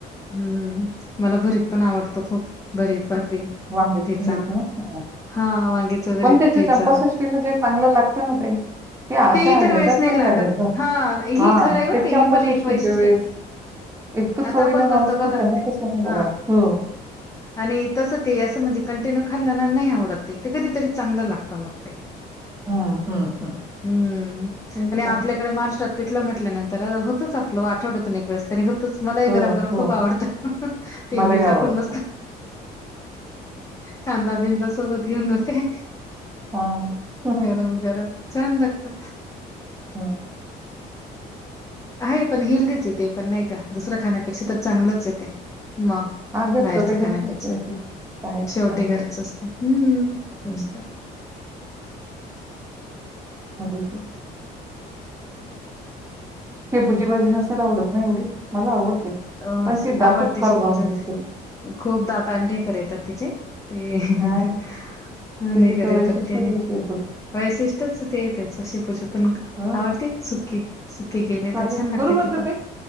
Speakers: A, on the left (about 20°); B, on the right (about 15°).
A: हम्म मला भरीत पण आवडतो खूप, भरीत भाकरी.
B: वांग्याचं
A: ठेचा.
B: भरीत ना? हम्म.
A: हा वांग्याच भरीत
B: पण ते जे
A: ठेचा
B: चंपसष्टीला जे चांगलं लागत ना ताई ते अशा
A: इतर
B: ह्याच्यात
A: वेळेस
B: नाही लागत बरं,
A: हा हे
B: हां
A: खरं आहे बरं
B: ते
A: का
B: चंपषष्ठीच्या
A: हे पण एक वैशिष्ट्य
B: वेळेस.
A: आहे
B: इतकं
A: आता
B: चवीने
A: आपण करतो
B: माणूस खातं
A: बघा
B: ना
A: ते.
B: तसं नाही
A: हा
B: लागत, हो.
A: आणि तसं ते असं म्हणजे कंटिन्यू खाल्ल ना नाही आवडत ते, ते कधीतरी चांगलं लागतं मग ते.
B: हं, हं, हं.
A: हम्म
B: तेच
A: आणि आपल्याकडे
B: तर.
A: महाराष्ट्रात पिठलं म्हटल्यानंतर अस आपलं आठवतून एक वेळेस. तरी होतच मलाही
B: हो,
A: गरम गरम
B: हो.
A: खूप आवडतं, तेल
B: मलाही
A: बिल
B: आवडतं.
A: टाकून मस्त. कांदा बिंदा सोबत घेऊन मग काय,
B: हां. हं.
A: गरम गरम. छान लागतं.
B: हम्म
A: आहे पण हेल्दीच आहे ते पण नाही का? दुसरं खाण्यापेक्षा तर चांगलंच आहे ते. मग
B: हां, घरचं
A: बाहेरच
B: ते घरचंच
A: खाण्यापेक्षा
B: शेवटी बाहेरचं
A: शेवटी
B: खाण्यापेक्षा.
A: घरचच ते हम्म तेच
B: हं,
A: तर.
B: मजेशीर शेपूची भाजी नसेल आवडत ना एवढी? मला आवडते.
A: अ
B: पण ती दातात
A: आवडते
B: फार
A: शेपूची
B: जाऊन
A: भाजी
B: बसते.
A: खूप दाताला ढेकर येता तिचे. ते अ
B: हां ना.
A: नाही
B: की तिचं
A: करेेतत्यने
B: वैशिष्ट्यच आहे शेपूचं.
A: वैशिष्ट्यच ते येतच अशी शेपूचं पण
B: हो ना.
A: आवडते सुकी सुकी केले
B: चालेल.
A: तर छान लागते
B: करू बंद
A: ते पण